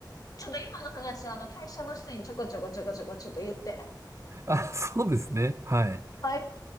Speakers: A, on the left; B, on the right.
A: ちょっと今の話、あの、会社の人にちょこちょこちょこちょこちょっと言って。
B: <laughs> あ、そうですね。はい。
A: はい。